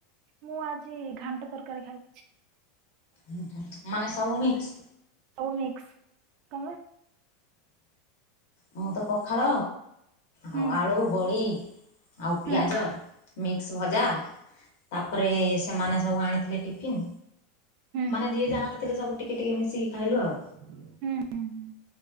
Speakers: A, on the right; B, on the left.
A: ମୁଁ ଆଜି ଘାଣ୍ଟ ତରକାରୀ ଖାଇ
B: ହୁଁ ମାନେ ସବୁ ମିକ୍ସ?
A: ସବୁ ମିକ୍ସ ତମେ।
B: ମୁଁ ତ ପଖାଳ ଆଉ
A: ହୁଁ
B: ଆଳୁ, ବଡି ଆଉ ପିଆଜ
A: ହୁଁ
B: ମିକ୍ସ ଭଜା ତାପରେ ସେମାନେ ସବୁ ଆଣିଥିଲେ ଟିଫିନ୍
A: ହୁଁ
B: ମାନେ ଯିଏ ଯାହା ଆଣି ଥିଲେ ସବୁ ଟିକେ ଟିକେ ମିଶିକି ଖାଇଲୁ ଆଉ।
A: ହୁଁ ହୁଁ ହୁଁ